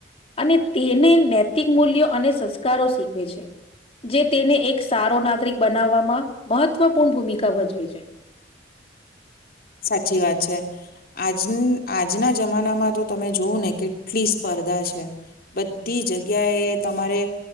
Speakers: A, on the left; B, on the left.
A: અને તેને નૈતિક મૂલ્યો અને સંસ્કારો શીખવે છે. જે તેને એક સારો નાગરિક બનાવવામાં મહત્વપૂર્ણ ભૂમિકા ભજવે છે.
B: સાચી વાત છે. આજ આ આજના જમાનામાં તો તમે જોવું ને કેટલી સ્પર્ધા છે બધી જગ્યાએ તમારે